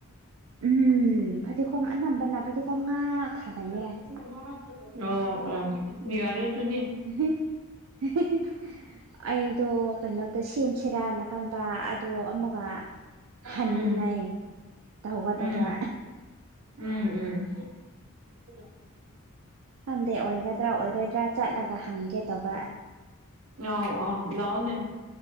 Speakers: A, on the right; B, on the right.
A: ꯎꯝ ꯐꯗꯤꯈꯣꯝ ꯑꯅꯝꯕꯅ ꯐꯗꯤꯒꯣꯝ ꯉꯥꯛ
B: <unintelligible>
A: ꯊꯥꯅꯩꯌꯦ
B: ꯑꯥꯎ ꯑꯣ ꯌꯥꯔꯦ ꯗꯨꯗꯤ
A: <unintelligible> ꯑꯩꯗꯣ ꯀꯩꯅꯣꯗ ꯁꯦꯝꯁꯤꯔꯥꯅ ꯈꯟꯕ ꯑꯗꯣ ꯑꯃꯨꯛꯀꯥ ꯍꯟꯅꯤꯡꯉꯥꯏ
B: ꯎꯝ
A: ꯇꯧꯒꯗꯕ
B: ꯎꯝ ꯎꯝ ꯎꯝ <unintelligible>
A: ꯈꯪꯗꯦ ꯑꯣꯏꯒꯗ꯭ꯔꯥ ꯑꯣꯏꯔꯣꯏꯗ꯭ꯔꯥ ꯆꯠꯂꯒ ꯍꯪꯒꯦ ꯇꯧꯕ
B: ꯉꯥꯎ ꯑꯥꯎ ꯂꯥꯎꯅꯦ